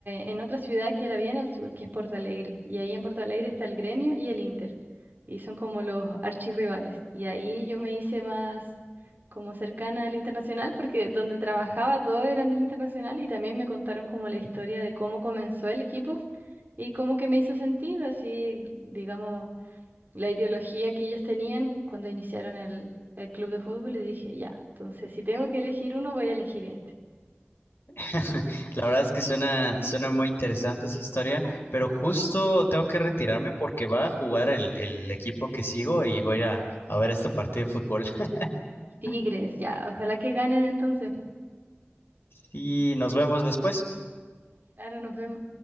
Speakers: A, on the right; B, on the left.
A: en otra ciudad que era bien al sur, que es Porto Alegre. Y ahí en Porto Alegre está el Gremio y el Inter. Y son como los archirrivales. Y ahí yo me hice más como cercana al internacional, porque donde trabajaba todos eran del internacional y también me contaron como la historia de cómo comenzó el equipo y cómo que me hizo sentido, así, digamos, la ideología que ellos tenían cuando iniciaron el, el club de fútbol. Y dije, ya, entonces si tengo que elegir uno, voy a elegir este.
B: <laughs> La verdad es que suena, suena muy interesante esa historia, pero justo tengo que retirarme porque va a jugar el, el equipo que sigo y voy a, ir a a ver este partido de fútbol.
A: Tigres,
B: <laughs>
A: ya, ojalá que ganen entonces.
B: Y nos vemos después.
A: Claro, nos vemos.